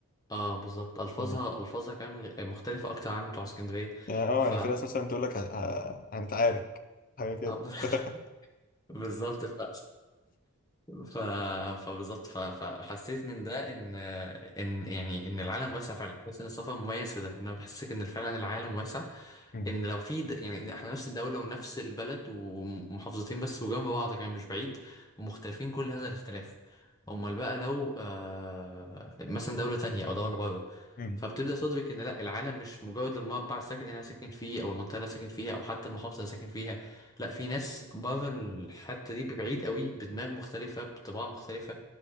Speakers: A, on the left; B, on the left.
A: آه بالظبط ألفاظها
B: مم.
A: ألفاظها كمان مختلفة أكتر عن بتوع اسكندرية
B: يعني اه
A: ف
B: يعني في ناس مثلا تقول لك ه- ه- هنتعارك حاجة كده
A: آه، <laughs>
B: <laughs>
A: بالظبط ف... <laughs> ف... فبالظبط ف... فحسيت من ده ان ان يعني ان العالم واسع فعلا حسيت ان السفر مميز في ده انه بيحسسك ان فعلا العالم واسع
B: مم.
A: ان لو في د... يعني احنا نفس الدولة ونفس البلد ومحافظتين بس وجنب بعض كمان مش بعيد ومختلفين كل هذا الاختلاف امال بقى لو آه مثلا دولة تانية او دولة بره
B: مم.
A: فبتبدأ تدرك إن لأ العالم مش مجرد المربع الساكن اللي أنا ساكن فيه أو المنطقة اللي أنا ساكن فيها أو حتى المحافظة اللي أنا ساكن فيها لأ في ناس بره الحتة دي ببعيد قوي بدماغ مختلفة بطباع مختلفة